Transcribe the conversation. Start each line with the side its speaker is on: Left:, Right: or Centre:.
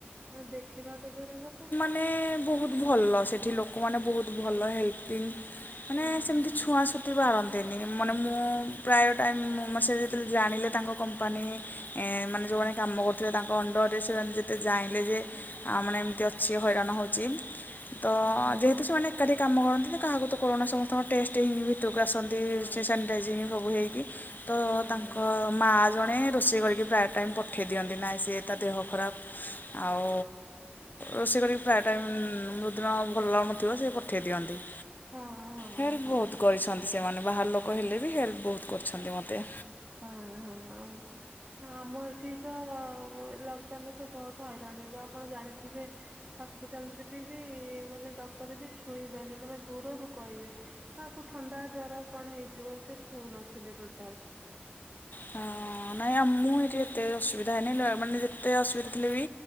Right: ଦେଖିବା ତ ଦୂରେ କଥା।
Left: ମାନେ ବହୁତ ଭଲ ସେଠି ଲୋକମାନେ ବହୁତ ଭଲ ହେଲ୍ପିଙ୍ଗ ମାନେ
Right: ହଁ
Left: ସେମିତି ଛୁଆଁ ଛୁତି ବାରନ୍ତିନି। ମାନେ ମୁଁ ପ୍ରାୟ ଟାଇମ୍ ମ ସେ ଯେତେବେଳେ ଜାଣିଲେ ତାଙ୍କ କମ୍ପାନୀ ଏ ମାନେ ଯୋଉମାନେ କାମ କରୁଥିବେ ତାଙ୍କ ଅଣ୍ଡରରେ ସେମାନେ ଯେତେ ଯାଇଁ କହିଲେଯେ ଆ ମାନେ ଏମିତି ଅଛି ହଇରାଣ ହଉଚି ତ
Right: ହଁ ହଁ
Left: ଯେହେତୁ ସେମାନେ ଏକାଠି କାମ କରନ୍ତି କାହାକୁ ତ କରୋନା ସମସ୍ତଙ୍କ ଟେଷ୍ଟ ହିଁ ଭିତରକୁ ଆସନ୍ତି
Right: ହଁ।
Left: ସେ ସାନି ଟାଇଜଙ୍ଗ୍ ସବୁ ହେଇକି ତ
Right: ହଉ ହଉ
Left: ତାଙ୍କ ମା ଜଣେ ରୋଷେଇ କରିକି ପ୍ରାୟ ଟାଇମ୍ ପଠେଇ ଦିଅନ୍ତି ନାଇଁ ସିଏ ତା ଦେହ ଖରାପ୍ ଆଉ ରୋଷେଇ କରିକି ପ୍ରାୟ ଟାଇମ୍ ଯୋଉଦିନ ଭଲ ଲାଗୁନଥିବ ସେ ପଠେଇ ଦିଅନ୍ତି।
Right: ହଁ ହଁ
Left: ହେଲ୍ପ
Right: ହଁ
Left: ବହୁତ୍ କରିଚନ୍ତି ସେମାନେ ବାହାର ଲୋକ ହେଲେ ବି ହେଲ୍ପ ବହୁତ୍ କରିଛନ୍ତି ମତେ।
Right: ହଁ ହଁ। ଆମ ଏଠିତ ଲଙ୍ଗଡାଉନରେ ବହୁତ୍ ହଇରାଣ ହେଲୁ ଆପଣ ଜାଣିଥିବେ। ହସ୍ପିଟାଲରେ ବି ବି ମାନେ ଡକ୍ଟର ବି ଛୁଇଁବେନି ମାନେ ଦୂରରୁ କହିବେ। କାହାକୁ ଥଣ୍ଡା ଜର କଣ ହେଇଥିବ ସେ ଛୁଁ ନଥିଲେ ଟୋଟାଲ୍।
Left: ହଁ ନାଇଁ ମୁଁ ଏଠି ଏତେ ଅସୁବିଧା ହେଇନି ମାନେ ଯେତେ ଅସୁବିଧା ଥିଲେ ବି